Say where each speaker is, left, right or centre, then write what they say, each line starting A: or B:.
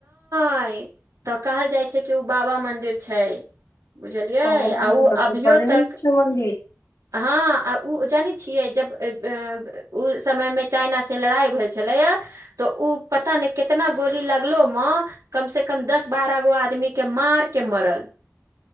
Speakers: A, on the right (about 80°); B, on the left (about 85°).
A: हय तऽ कहल जाइ छै कि ओ बाबा मन्दिर छै बुझलियै आ
B: तब
A: ओ अभियो
B: तऽ बड
A: तक
B: नीक छै मंदिर
A: हां आ उ जानै छियै जब ओइ समय मे चाइना से लड़ाई भेल छलैय त उ पता ने केतना गोली लागलेमेंकम से कम दस बारह गो आदमी के मारके मरल